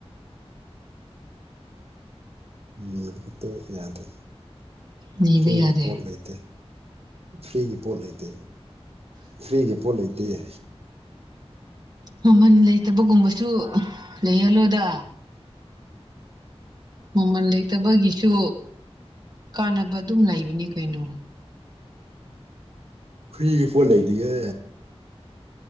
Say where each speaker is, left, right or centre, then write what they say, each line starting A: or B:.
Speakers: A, on the right; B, on the right.
A: <unintelligible> ꯈꯛꯇ ꯌꯥꯗꯦ
B: ꯅꯤꯕ
A: ꯐ꯭ꯔꯤꯒꯤ
B: ꯌꯥꯗꯦ
A: ꯄꯣꯠ ꯂꯩꯇꯦ ꯐ꯭ꯔꯤꯒꯤ ꯄꯣꯠ ꯂꯩꯇꯦ ꯐ꯭ꯔꯤꯒꯤ ꯄꯣꯠ ꯂꯩꯇꯤꯌꯦ
B: ꯃꯃꯟ ꯂꯩꯇꯕꯒꯨꯝꯕꯁꯨ ꯂꯩꯍꯜꯂꯣꯗ ꯃꯃꯜ ꯂꯩꯇꯕꯒꯤꯁꯨ ꯀꯥꯟꯅꯕ ꯑꯗꯨꯝ ꯂꯩꯕꯅꯦ ꯀꯩꯅꯣ
A: ꯐꯔꯤꯒꯤ ꯄꯣꯠ ꯂꯩꯇꯤꯌꯦ